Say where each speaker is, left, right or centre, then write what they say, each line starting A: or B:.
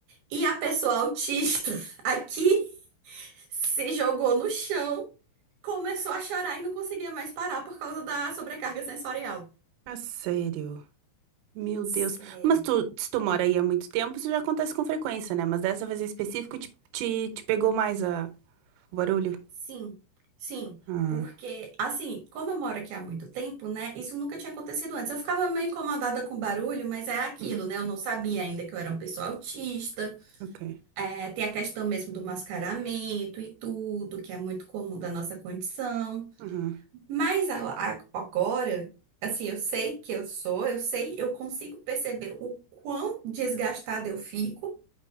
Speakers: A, on the right; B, on the right.
A: e a pessoa autista <laughs> aqui se jogou no chão, começou a chorar e não conseguia mais parar por causa da sobrecarga sensorial.
B: Ah, sério? Meu
A: Sério.
B: Deus. Mas tu, se tu mora aí há muito tempo, isso já acontece com frequência, né? Mas dessa vez em específico, te, te, te pegou mais a, o barulho?
A: Sim, sim,
B: Ah,
A: porque assim, como eu moro aqui há muito tempo, né? Isso nunca tinha acontecido antes. Eu ficava meio incomodada com o barulho, mas era aquilo,
B: uhum,
A: né? Eu não sabia ainda que eu era uma pessoa autista.
B: ok.
A: É, tem a questão mesmo do mascaramento e tudo, que é muito comum da nossa condição.
B: Uhum,
A: Mas a- a- agora, assim, eu sei que eu sou, eu sei, eu consigo perceber o quão desgastada eu fico